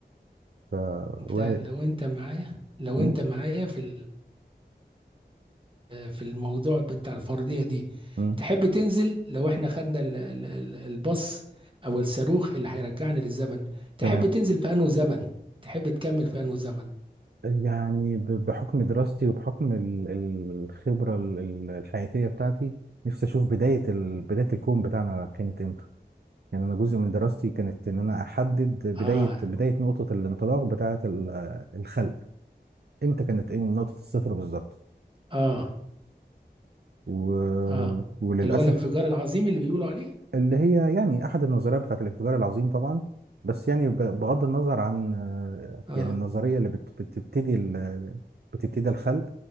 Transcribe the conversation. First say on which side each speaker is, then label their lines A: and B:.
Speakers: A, on the right; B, on the right.
A: ف
B: انت
A: وارد
B: لو انت معايا لو
A: مم؟
B: انت معايا في ال- في الموضوع بتاع الفرضية دي
A: مم.
B: تحب تنزل لو احنا خدنا ال- ال- ال- الباص او الصاروخ اللي هيرجعنا للزمن تحب
A: تمام
B: تنزل في انه زمن تحب تكمل في انه زمن
A: يعني ب- بحكم دراستي وبحكم ال- ال- الخبرة ال- ال- الحياتية بتاعتي نفسي أشوف بداية ال... بداية الكون بتاعنا كانت إمتى يعني أنا جزء من دراستي كانت إن أنا أحدد بداية
B: اه
A: بداية نقطة الانطلاق بتاعة ال- الخلق إمتى كانت إيه نقطة الصفر بالظبط
B: اه
A: و...
B: اه
A: وللأسف
B: اللي هو الانفجار العظيم اللي بيقولوا عليه
A: اللي هي يعني احد النظريات بتاعت الانفجار العظيم طبعا بس يعني ب- بغض النظر عن آه،
B: اه
A: يعني النظريه اللي بت- بتبتدي ال- بتبتدي الخلق